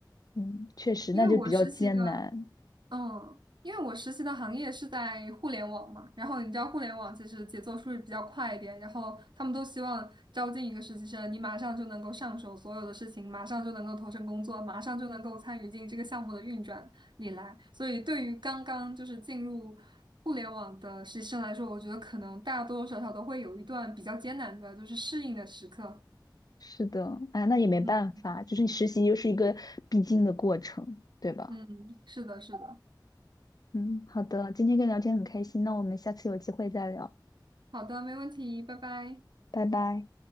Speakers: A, on the left (about 55°); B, on the right (about 70°).
A: 嗯，确实那就比较艰难，
B: 因为我实习的。嗯，因为我实习的行业是在互联网嘛，然后你知道互联网其实节奏是不是比较快一点，然后他们都希望招进一个实习生，你马上就能够上手所有的事情，马上就能够投身工作，马上就能够参与进这个项目的运转里来。所以对于刚刚就是进入互联网的实习生来说，我觉得可能大多多少少都会有一段比较艰难的就是适应的时刻。
A: 是的，哎，那也没办法，
B: 嗯
A: 就是你实习又是一个必经的过程，对吧？
B: 嗯，是的，是的。
A: 嗯，好的，今天跟你聊天很开心，那我们下次有机会再聊，
B: 好的，没问题，拜拜。
A: 拜拜。